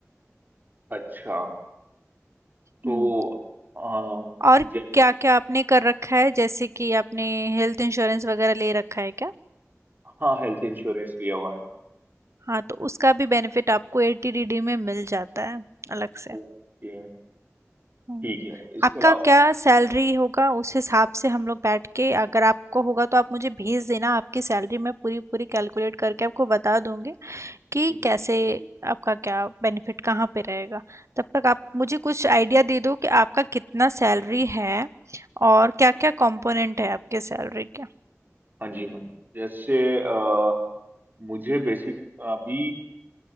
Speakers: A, on the right (about 40°); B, on the right (about 65°).
A: अच्छा तो
B: हम्म
A: आ,
B: और
A: जैस
B: क्या क्या आपने कर रखा है जैसे कि आपने हेल्थ इंश्योरेंस वगैरह ले रखा है क्या
A: हाँ हेल्थ इंश्योरेंस लिया हुआ है
B: हाँ तो उसका भी बेनिफिट आपको एटीडीडी में मिल जाता है अलग से
A: ओके
B: हम्म।
A: ठीक है इसके
B: आपका
A: अलावा
B: क्या सैलरी होगा उस हिसाब से हम लोग बैठ के अगर आपको होगा तो आप मुझे भेज देना आपकी सैलरी मैं पूरी पूरी कैलकुलेट करके आपको बता दूंगी कि
A: ठीक है
B: कैसे आपका क्या बेनिफिट कहाँ पे रहेगा तब तक आप मुझे कुछ आइडिया दे दो कि आपका कितना सैलरी है और क्या क्या कंपोनेंट है आपके सैलरी के
A: हाँ जी मैम जैसे अ, मुझे बेसिक अभी